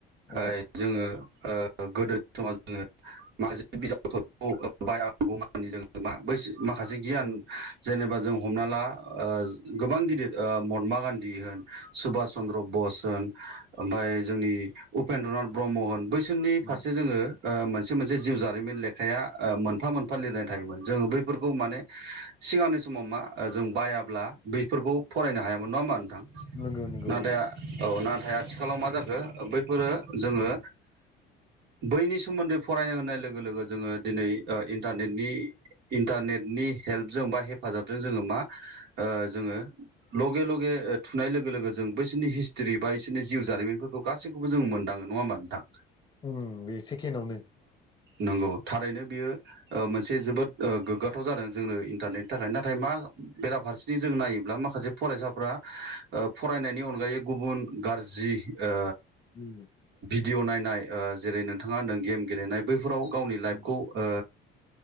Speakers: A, on the right (about 60°); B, on the left (about 20°).
A: <inaudible>
B: ओं
A: आइ जोङो <inaudible> ओ गोदोनि स <unintelligible> व जोङो माखासे बिजाबफोरखौ बायागौ मानि जोङो मा बैस माखासे गियान
B: ओं
A: जेनेबा जों हमना ला ओज गोबां गिदिर दिद ओ महात्मा गान्धी होन सुभास चन्द्र बस होन ओमफाय जोंनि उपेन्द्रनाथ ब्रह्म होन बैसोरननि फारसे
B: ओं
A: जोंङो ओ मोनसे मोनसे जिउ जारिमिन लेखाया ओ मोनफा मोनफा लिरनाय थायोमोन जोंङो बैफोरखौ माने सिगांनि समाव मा ओ जों बायाब्ला बिफोरखौ फरायनो हायामोन नंङा होमबा थां
B: नंगौ नंगौ
A: नाथाया औ ना थाय आथिखालाव मा जाखो बैफोरो जोंङो बैनि सोमोन्दै फरायनो होननाय लोगो लोगो जोंङो दिनै ओ इन्टारनेटनि इन्टारनेटनि हेल्पजों बा हेफाजाबजों जोंङो मा ओ जोंङो लगे लगे ओ थुनाय लोगो लोगो जों बैसिनि हिस्टरि बा इसोरनि जिउ जारिमिनफोरखौ गासैखौबो जों मोनदांङो नंङा होमबा नोंथां?
B: उम बे सेकेणावनो
A: नोंगौ थारैनो बियो ओ मोनसे जोबोद ओ गोग्गाथाव जादों जोंनो इन्टारनेटनि थाखाय नाथाय मा बेराफारसेथिं जों नायोब्ला मा खायसे फरायसाफ्रा ओ फरायनायनि अनगायै गुबुन गारजि ओ
B: <unintelligible>
A: डिअ नायनाय जेरै नोंथांङा होनदों गेम गेलेनाय बैफोराव गावनि लाइफखौ
B: उम
A: ओ